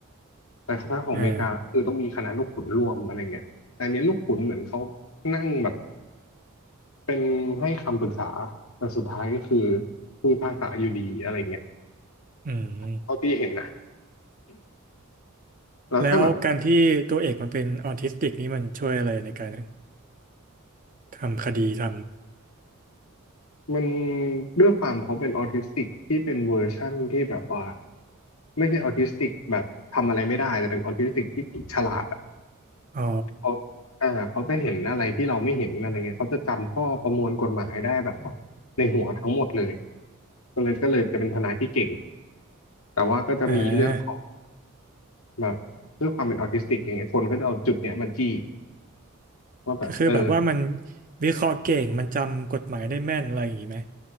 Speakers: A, on the left; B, on the right.
A: แต่ทางของอเมริกาคือต้องมีคณะลูกขุนร่วมอะไรเงี้ยแต่อันเนี้ยลูกขุนเหมือนเขา
B: อ่า
A: นั่งแบบ เป็นให้คำปรึกษาแต่สุดท้ายก็คือพูดภาษาอยู่ดีอะไรเงี้ย
B: อืม
A: เท่าที่เห็นนะแล้วถ้าแบบ
B: แล้วการที่ตัวเอกมันเป็นออทิสติกนี่มันช่วยอะไรในการทำคดีท
A: มันด้วยความเขาเป็นออทิสติกที่เป็นเวอร์ชั่นที่แบบว่าไม่ใช่ออทิสติกแบบทำอะไรไม่ได้แต่เป็นออทิสติกที่ฉลาดอะ
B: ำอ๋อ
A: เขาอ่าเขาจะเห็นอะไรที่เราไม่เห็นอะไรเงี้ยเขาจะจำข้อประมวลกฎหมายได้แบบในหัวทั้งหมดเลยก็เลยก็เลยจะเป็นทนายที่เก่งแต่ว่าก็จะมีเรื่องของ
B: อ่า
A: แบบด้วยความเป็นออทิสติกอย่างเงี้ยคนก็จะเอาจุดเนี้ยมาจี้ ว่าแบบเออ
B: ก็คือแบบว่ามันวิเคราะห์เก่งมันจำกฎหมายได้แม่นอะไรอย่างนี้ไหม